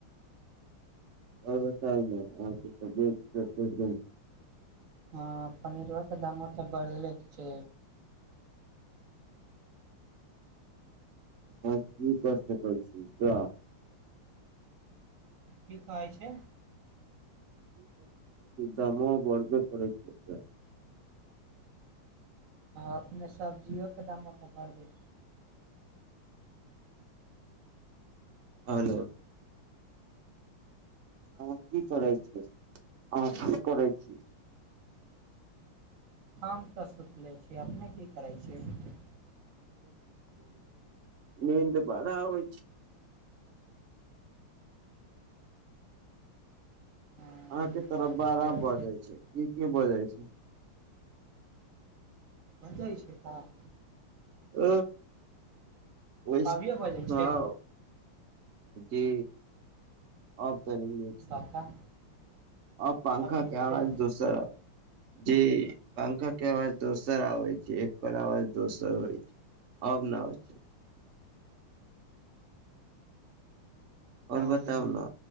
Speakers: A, on the right; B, on the right.
A: आओ त नहि
B: हँ पनीरवा के दामओ तऽ बढ़ले छै
A: हँ की प्रश्न कर छी र
B: की कहै छै
A: दमो बरे परै छै
B: अपने सब्जियोके दाम अपन भरबै छै
A: आलो हँ की करै छै अ की करै छी
B: हम तऽ सुतिलै छी अपने की करै छियै
A: ह न त पा आब छै
B: नींद
A: अहाँके
B: तऽ
A: तरफ
B: अबे
A: बारा
B: करै
A: ब जाइ छै की की ब जाइ छै
B: मजाइ छै तऽ
A: ह ओहि
B: अभियो बजै
A: हँ
B: छै
A: जी आब त
B: पता
A: आब पंखा
B: अभिये
A: के अवाज
B: छै
A: दोसर जी पंखा के अवाज दोसर आवै छै एकर अवाज दोसर होइ छै अब न हो छै और
B: हँ
A: बताउ न